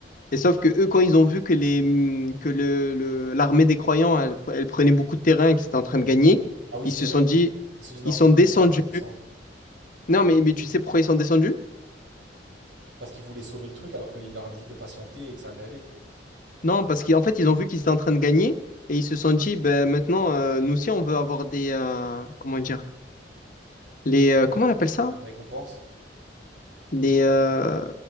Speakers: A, on the left (about 50°); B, on the right (about 85°).
A: Et sauf que eux, quand ils ont vu que les, hum, que le, le- l'armée des croyants, elle, elle prenait beaucoup de terrain et qu'ils étaient en train de gagner,
B: Ah oui, c'est
A: ils se
B: vrai.
A: sont dit,
B: Ils se sont dit non,
A: ils
B: faut
A: sont
B: descendre,
A: descendus.
B: faut descendre.
A: Non, mais, mais tu sais pourquoi ils sont descendus?
B: Parce qu'ils voulaient sauver le truc alors qu'il leur avait dit de patienter et que ça allait aller.
A: Non, parce qu'en fait, ils ont vu qu'ils étaient en train de gagner et ils se sont dit, ben maintenant, euh, nous aussi, on veut avoir des, euh, comment dire, les, euh, comment on appelle ça?
B: La récompense,
A: Les, euh,